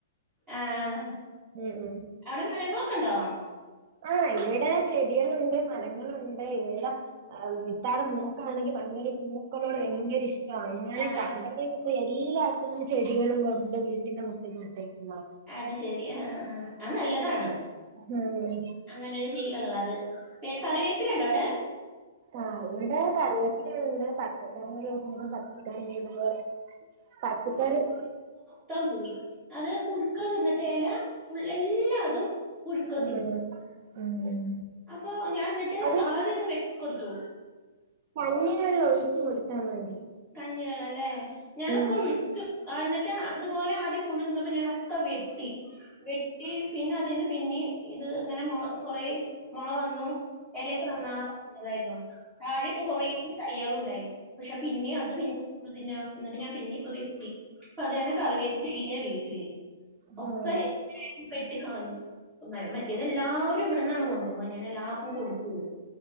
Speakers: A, on the right; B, on the right.
A: ആഹ്
B: ഉം
A: അവ്ടെ മരങ്ങളൊക്കെ ഉണ്ടോ
B: ആഹ് ഇവിടെ ചെടികളുണ്ട് മരങ്ങളുണ്ട് ഇവിട ആഹ് വിത്താണെ നോക്കാണെങ്കി ഭയങ്കരെ പൂക്കളോട് ഭയങ്കര ഇഷ്ടാണ് അങ്ങനെ
A: ആ
B: കണ്ടെങ്കി
A: ആ
B: മിറ്റേ എല്ലാ ത്തും ചെടികളും കൊണ്ട് വീട്ടിന്റെ മുട്ടെക്ക്‌ നട്ടേക്കുവാ
A: അത് ശെരി ആഹ് ആഹ് ആഹ് അത് നല്ലതാണ്
B: ഉം
A: അങ്ങനൊരു ശീലൊള്ളത് പിന്നെ കറിവേപ്പിലുണ്ടോ അവിടെ
B: ആഹ് ഇവിടെ കറിവേപ്പിലയുണ്ട് പച്ചക്കറികളുണ്ട് പച്ച <unintelligible> പച്ചക്കറി
A: ത്തം പോയി അത് പുഴുക്കള് തിന്നിട്ട് എല ഫുൾ എല്ലാതും പുഴുക്കൾ
B: ആഹ്
A: തിന്നു
B: ഉം
A: അപ്പൊ ഞാൻ ന്നിട്ട്
B: അത്
A: ആദ്യോന്ന് വെട്ടി കൊടുത്തു
B: കഞ്ഞി വെള്ളം ഒഴിച്ച് കൊടുത്താ മതി
A: കഞ്ഞിവെള്ളല്ലേ ഞാനക്കൊഴി
B: ഉം
A: എന്നിട്ട് അതുപോലെ ആദ്യം പുഴു തിന്നപ്പോ ഞാനൊക്കെ വെട്ടി വെട്ടി പിന്നെ അതിന്ന് പിന്നേം ഇത് ഇങ്ങനെ മുള കൊറേ മൊള വന്നു എലേക്ക നന്നായി നതായിരുന്നു താഴേക്ക കൊറേ തയ്യ്കളും ഉണ്ടായി പക്ഷെ പിന്നെ അത് പിന്നെ <unintelligible> തിന്നാ എന്നിട്ട് ഞാൻ പിന്നെ ഇപ്പ വെട്ടി ഇപ്പ അത് കാരണം കറിവേപ്പില ഇല്ല വീട്ടില്
B: ഉം
A: ഒക്കെ ഇങ്ങനെ വെട്ടിക്കളഞ്ഞു മറ്റേത് എല്ലാവരും ഇവിട്ന്നാണ് കൊണ്ട് ണ്ടുവാ ഞാൻ എല്ലാർക്കും കൊടുക്കേ